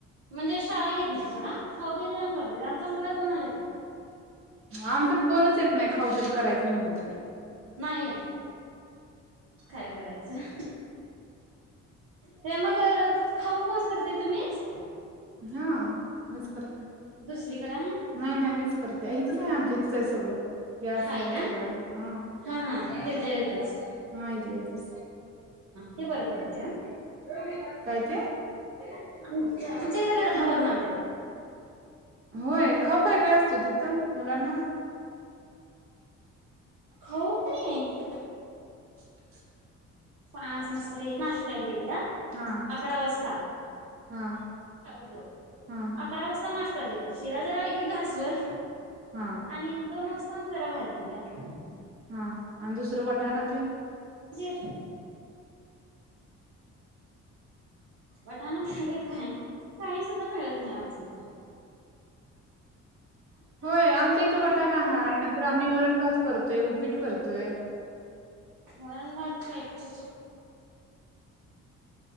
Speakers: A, on the right; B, on the right.
A: म्हणजे शाळा घेत नाही सोडा खाऊ देत्यात लाऊन देत्यात आमचा मुलगा जाऊन आला की
B: आम कोणच येत नाही खाऊ तरी करायचं म्हटलं तरी
A: नाही काय करायचं ते मग खाऊ कोण करते तुम्हीच
B: हा मीच करते
A: दुसरीकडे आहे
B: नाही नाही मीच करते इथच आहे आमच्या इथ आहे सगळं गॅस
A: हाय
B: आहे
A: का
B: सगळं आहे हा
A: हा तिथल्या तिथंच
B: हा इथलं इथच.
A: ती बरं पडत हां.
B: काय ते
A: अचछ. म्हणजे ए्या घरातना
B: खा
A: करून आणत्या.
B: होय खाऊ काय काय असत तिथं मुलांना
A: खाऊ का नाही.
B: शु शुक
A: पास मसाले म द.
B: हा
A: अकरा वाजता
B: हा.
A: बब
B: हा
A: अकरा वाजता नाश् देते शिरा जरा घासभर
B: हा
A: आणि दोन वाज् या मग जरा भाात देत्यात
B: हा आणि दुसर वटाणा तेन
A: जे वटाण का का काही सुद्धा मिळत नाही, आवडस <inaudible>
B: होय आमच इथं वटाण हाय नं तर आम्ही वरण -भात करतोय, उपीट करतोय.
A: वरण -बात कायची चु